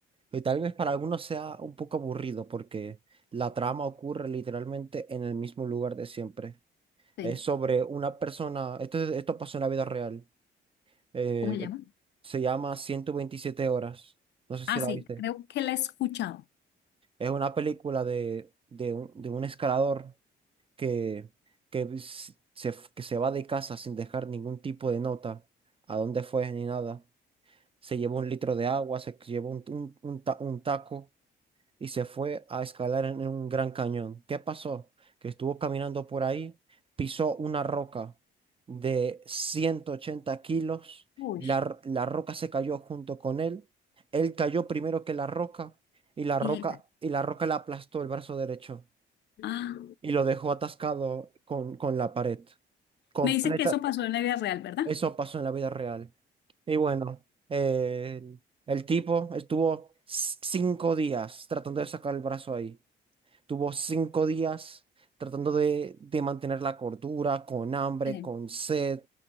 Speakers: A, on the right (about 30°); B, on the left (about 60°).
A: y tal vez para algunos sea un poco aburrido porque la trama ocurre literalmente en el mismo lugar de siempre.
B: Sí.
A: Es sobre una persona, esto, es- esto pasó en la vida real, eh,
B: ¿Cómo se llama?
A: se llama ciento veintisiete horas, no sé si
B: Ah,
A: la
B: sí,
A: viste.
B: creo que la he escuchado.
A: Es una película de, de un, de un escalador que, que, s- se, f- que se va de casa sin dejar ningún tipo de nota, a dónde fue ni nada. Se llevó un litro de agua, se llevó un, un, un ta- un taco y se fue a escalar en un gran cañón. ¿Qué pasó? Que estuvo caminando por ahí, pisó una roca de 180 kilos,
B: Uy.
A: la, r- la roca se cayó junto con él, él cayó primero que la roca y la roca,
B: Y le-
A: y la roca le aplastó el brazo derecho
B: ah,
A: y lo dejó atascado con, con la pared. Completa.
B: me dice que eso pasó en la vida real, ¿verdad?
A: Eso pasó en la vida real. Y bueno, eh, el tipo estuvo c- cinco días tratando de sacar el brazo ahí. Tuvo cinco días tratando de, de mantener la cordura, con hambre,
B: Sí.
A: con sed,